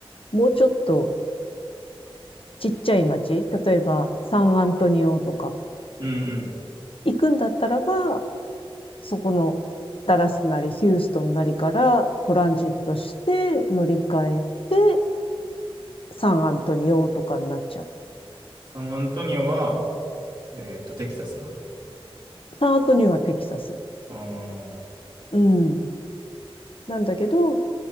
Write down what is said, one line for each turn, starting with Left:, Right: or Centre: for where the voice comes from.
Left: もうちょっとちっちゃい町、例えばサンアントニオとか、
Right: うんうん。
Left: 行くんだったらば、そこのダラスなりヒューストンなりからトランジットして乗り換えてサンアントニオとかになっちゃう。
Right: サンアントニオは、えっと、テキサスな。
Left: サンアントニオはテキサス。
Right: あー、
Left: うん。なんだけど、